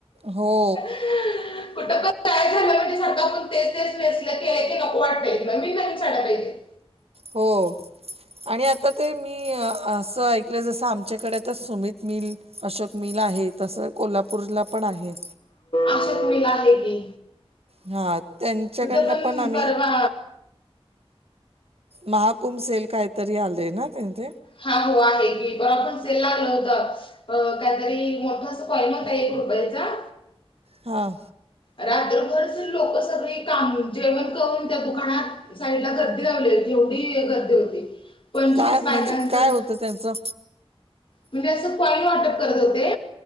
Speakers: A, on the right; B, on the left.
A: हो
B: कुटुंबांत कायं झालं माहित आहे का पणं तेचं तेचं नेसं की नको वाटते मंग मी लं पाहिजे
A: हो आणि आता ते मी असं ऐकलं जसं आमच्याकडे आता सुमित मिल अशोक मिल आहे तसं कोल्हापूरला पण आहे
B: अस मिल आहे की
A: हा त्यांच्याकडनं
B: तिथं
A: पण आम्ही
B: परवा
A: महाकुम सेल कायतरी आलेय ना त्यांथ
B: हा हो आहे घी ब बराबर सेल लागल होत अ काहीतरी मोठ स्काइन होता एक रुपयाचा
A: हां
B: रात्रभर जर लोक सगळे काम जेवण करून त्या दुकानात साईडला गर्दी लावली होती एवढी गर्दी होती पंचवीस
A: काय
B: बायकांचं
A: म्हणजे काय होतं त्यांचं
B: म्हणजे असं कॉईन वाटप करत होते